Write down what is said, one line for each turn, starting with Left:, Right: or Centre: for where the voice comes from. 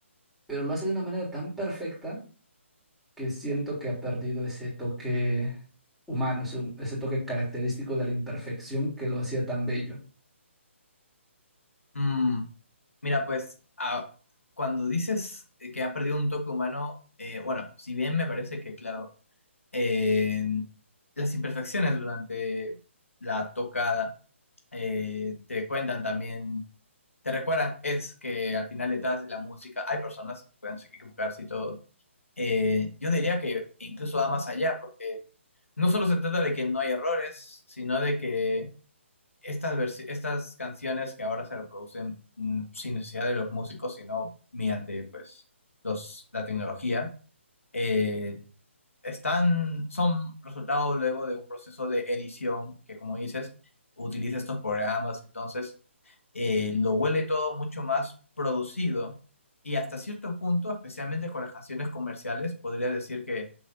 Centre: pero lo hace de una manera tan perfecta que siento que ha perdido ese toque humano, ese, ese toque característico de la imperfección que lo hacía tan bello.
Left: Mm, mira, pues a- cuando dices eh, que ha perdido un toque humano, eh, bueno, si bien me parece que, claro, eh, las imperfecciones durante la tocada eh, te cuentan también, te recuerdan, es que al final detrás de la música hay personas que pueden equivocarse y todo. Eh, yo diría que incluso va más allá, porque no solo se trata de que no hay errores, sino de que... estas, versi- estas canciones que ahora se reproducen mm, sin necesidad de los músicos, sino mediante pues, los, la tecnología, eh, están, son resultado luego de un proceso de edición que, como dices, utiliza estos programas, entonces eh, lo vuelve todo mucho más producido y hasta cierto punto, especialmente con las canciones comerciales, podría decir que